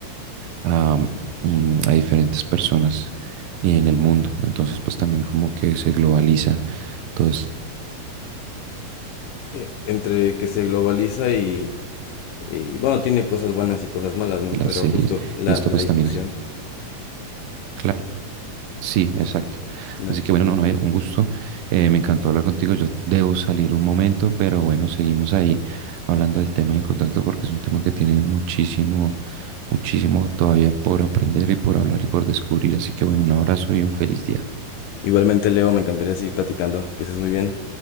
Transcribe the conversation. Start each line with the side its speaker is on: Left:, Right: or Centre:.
Right: a, mm, a diferentes personas y en el mundo. Entonces, pues también como que se globaliza todas
Left: Eh, entre que se globaliza y, y, bueno, tiene cosas buenas y cosas malas, ¿no?
Right: las
Left: Pero
Right: series.
Left: justo la,
Right: Y esto
Left: la
Right: pues
Left: difusión.
Right: también es, claro, sí, exacto.
Left: La
Right: Así
Left: dif-
Right: que bueno, no, no, eh, un gusto. Eh, me encantó hablar contigo. Yo debo salir un momento, pero bueno, seguimos ahí hablando del tema y en contacto porque es un tema que tiene muchísimo, muchísimo todavía por aprender y por hablar y por descubrir. Así que bueno, un abrazo y un feliz día.
Left: Igualmente, Leo, me encantaría seguir platicando, que estés muy bien.